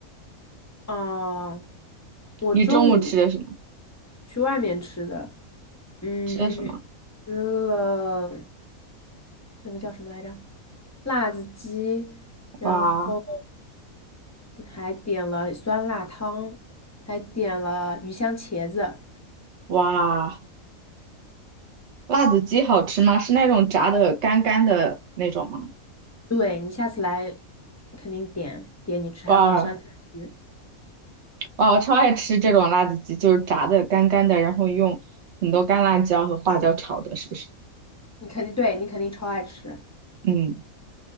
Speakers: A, on the left; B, on the right.
A: 啊，我中午
B: 你中午吃的什么？
A: 去外面吃的，嗯，
B: 吃的什么？
A: 吃了那个叫什么来着？辣子鸡，然后
B: 哇
A: 还点了酸辣汤，还点了鱼香茄子。
B: 哇，辣子鸡好吃吗？是那种炸的干干的那种吗？
A: 对，你下次来肯定点点你吃，
B: 哇
A: 还有那个酸菜鱼，
B: 哇，我超爱吃这种辣子鸡，就是炸的干干的，然后用很多干辣椒和花椒炒的，是不是？
A: 你肯定对你肯定超爱吃。
B: 嗯。